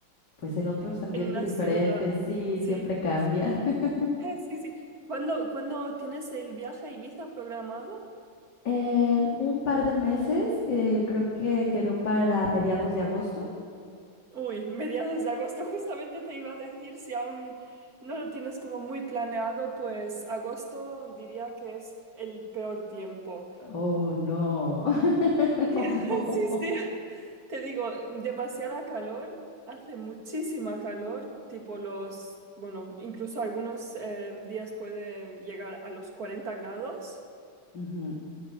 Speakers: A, on the left; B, on the right.
A: pues en otros ambientes
B: en la
A: diferentes,
B: ciudad.
A: sí,
B: Sí,
A: siempre cambia.
B: sí,
A: <laughs>
B: <laughs> sí, sí. ¿Cuándo, cuándo tienes el viaje a Ibiza programado?
A: En un par de meses, eh, creo que quedó para mediados de agosto.
B: Uy, mediados de agosto. <laughs> Justamente te iba a decir, si aún no lo tienes como muy planeado, pues agosto diría que es el peor tiempo.
A: Oh, no, <laughs>
B: <laughs>
A: no, no.
B: Sí, sí. Te digo, demasiada calor, hace muchísima calor, tipo los, bueno, incluso algunos eh, días puede llegar a los 40 grados.
A: Ujú.